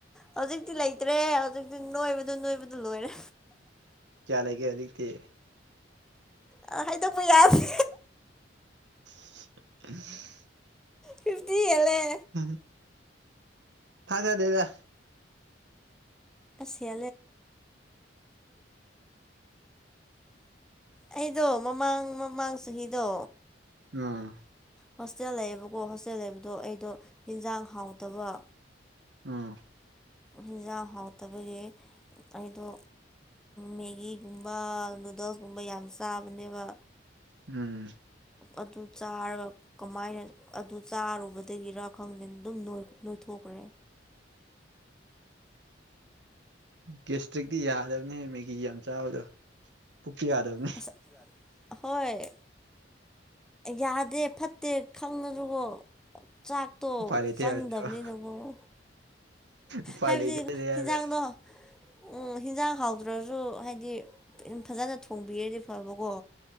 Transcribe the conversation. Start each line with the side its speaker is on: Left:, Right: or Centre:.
Centre: ꯍꯧꯖꯤꯛ ꯛꯇꯤ ꯂꯩꯇ꯭ꯔꯦ ꯍꯧꯖꯤꯛꯇꯤ ꯅꯣꯏꯕꯗ ꯅꯣꯏꯕꯗ ꯂꯣꯏꯔꯦ
Right: ꯀꯌꯥ ꯂꯩꯒꯦ ꯍꯧꯖꯤꯛꯇꯤ
Centre: ꯑ ꯍꯥꯏꯗꯣꯛꯄ ꯌꯥꯔꯦ
Right: <inaudible>
Centre: ꯐꯤꯞꯇꯤꯒꯂꯦ
Right: ꯝ ꯊꯥ ꯁꯥ ꯗꯦꯗꯥ
Centre: ꯍꯁꯦꯦ ꯑꯩꯗꯣ ꯃꯃꯥꯡ ꯃꯃꯥꯡ ꯆꯍꯤꯗꯣ
Right: ꯑꯝ
Centre: ꯍꯣꯁꯇꯦꯜ ꯂꯩꯌꯦꯕꯀꯣ ꯍꯣꯁꯇꯦꯜ ꯂꯩꯕꯗꯣ ꯑꯩꯗꯣ ꯌꯦꯟꯖꯥꯡ ꯍꯥꯎꯗꯕ
Right: ꯑꯥ
Centre: ꯍꯖꯥ ꯍꯥꯎ ꯇꯕ ꯑꯩꯗꯣ ꯃꯦꯒꯤꯒꯨꯝꯕ ꯅꯨꯗꯜꯁꯀꯨꯝꯕ ꯌꯥꯝ ꯆꯥꯕꯅꯦꯕ
Right: ꯎꯝ
Centre: ꯑꯗꯨ ꯆꯥꯔꯒ ꯀꯃꯥꯏꯅ ꯑꯗꯨ ꯆꯥꯔꯨꯕꯗꯒꯤꯔ ꯈꯪꯗꯅꯤꯡ ꯑꯗꯨꯝ ꯅꯣꯏꯊꯣꯛꯈ꯭ꯔꯦ
Right: ꯒꯦꯁꯇ꯭ꯔꯤꯛꯇꯛꯇꯤ ꯌꯥꯗꯕꯅꯦꯍꯦ ꯃꯦꯒꯤ ꯌꯥꯝ ꯆꯥꯕꯗꯣ ꯄꯨꯀꯤ ꯌꯥꯗꯕꯅꯤ
Centre: ꯑꯁ ꯍꯣꯏ ꯌꯥꯗꯦ ꯐꯠꯇꯦ ꯈꯪꯅꯁꯨꯕꯣ ꯆꯥꯛꯇꯣ
Right: ꯎꯄꯥꯏ ꯂꯩꯇꯦ
Centre: ꯆꯪꯗꯕꯅꯤꯅꯕꯨꯣ
Right: ꯍꯥꯏꯕꯗꯨꯔꯣ ꯎꯄꯥꯏ
Centre: ꯍꯥꯏꯕꯗꯤ
Right: ꯂꯩꯖꯗꯦ ꯍꯥꯏꯕ
Centre: ꯍꯤꯟꯖꯥꯡꯗꯣ ꯎꯝ ꯍꯤꯟꯖꯥꯡ ꯍꯥꯎꯇ꯭ꯔꯁꯨ ꯍꯥꯏꯗꯤ ꯗꯤ ꯌꯥꯝ ꯐꯖꯅ ꯊꯣꯡꯕꯤꯔꯦꯗꯤ ꯐꯕꯀꯣ